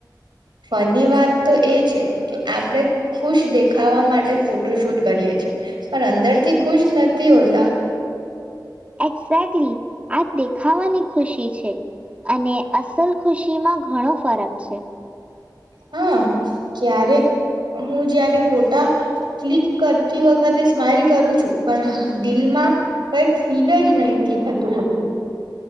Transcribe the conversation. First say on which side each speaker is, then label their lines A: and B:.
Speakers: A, on the right; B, on the right.
A: ફની વાત તો એ છે કે આપણે ખુશ દેખાવા માટે ફોટો શૂટ કરીએ છે પણ અંદરથી ખુશ નથી હોતા.
B: <inaudible> એેલી આ દેખાવાની ખુશી છે અને અસલ ખુશીમાં ઘણો ફરક છે.
A: હા ક્યારેક હું જયારે ફોટા ક્લિક કરતી વખતે સ્માઈલ કરું છું પણ દિલમાં કંઈક ફીલ જ નથીહથી થતું હતું.